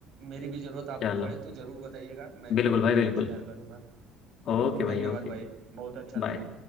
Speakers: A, on the right; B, on the left.
A: मेरी भी जरूरत आपको
B: चलो
A: पड़े तो जरूर बताइएगा मैं भी
B: बिल्कुल
A: अ,
B: भाई
A: इंतजार
B: बिल्कुल
A: करूंगा बिल्कुल
B: ओके भाई
A: धन्यवाद
B: ओके
A: भाई बहुत अच्छा लगा
B: बाय